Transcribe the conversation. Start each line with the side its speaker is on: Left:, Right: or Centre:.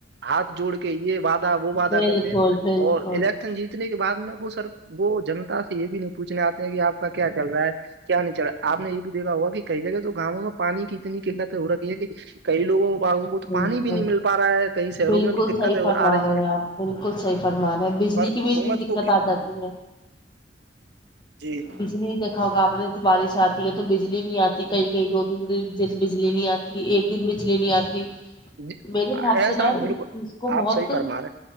Right: ہاتھ جوڑ کے یہ وعدہ وہ وعدہ
Left: بالکل
Right: کرتے ہے
Left: بالکل
Right: اور الیک شن جیتنے کے بعد میں وہ سر وہ جنتا سے یہ بھی نہیں پوچھنے آتے ہیں کہ اپ کا کیا چل رہا ہے کیا نہیں چلا آپ نے یہ بھی دیکھا ہوگا کہ کئی جگہ تو گاؤں میں پانی کی اتنی قلتیں ہو رکھی ہے کہ کئی لوگوں باغوں کو تو
Left: بالکل
Right: پانی بھی نہیں مل پا رہا ہے کئی شہروں
Left: بالکل
Right: میں بھی دقتیں
Left: صحیح فرما
Right: آ رہی
Left: رہے ہیں آپ بالکل صحیح فرمارہے ہیں بجلی
Right: پر
Left: کی
Right: حکومت
Left: کی اس میں دقت
Right: کو
Left: آجاتی ہے
Right: جی
Left: بجلی کا گاپنے تو بارش آتی ہے تو بجلی نہیں آتی کہئی کہیں دودن گیے بجلی نہیں آتی ایک دن بجلی نہیں آتی
Right: جی
Left: میرے حساب
Right: ایسا
Left: سے نا
Right: بالکل
Left: اس چیز کو
Right: آپ
Left: بہت
Right: صحیح فرما رہے